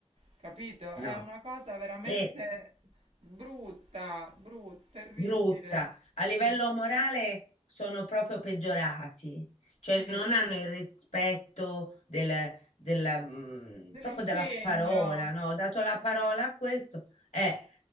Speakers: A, on the right (about 70°); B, on the left (about 85°).
A: Capito? È
B: no.
A: una cosa veramente
B: E
A: s- brutta, brutta, terribile.
B: brutta.
A: Sì,
B: A livello morale sono proprio peggiorati,
A: sì.
B: cioè non hanno il rispetto del, della, mh,
A: Dell'impegno.
B: proprio della parola, no? Ho dato la parola a questo, eh,